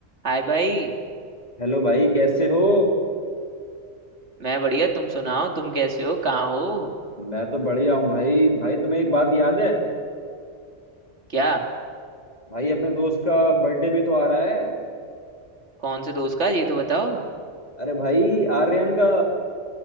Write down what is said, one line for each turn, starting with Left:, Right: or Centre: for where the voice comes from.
Right: हाय भाई
Left: Hello भाई कैसे हो
Right: मैं बढ़िया तुम सुनाओ तुम कैसे हो कहाँ हो
Left: मैं तो बढ़िया हूँ भाई भाई तुम्हें एक बात याद है
Right: क्या
Left: भाई अपने दोस्त का बर्थडे भी तो आ रहा है
Right: कौन से दोस्त का ये तो बताओ
Left: अरे भाई आर्यन का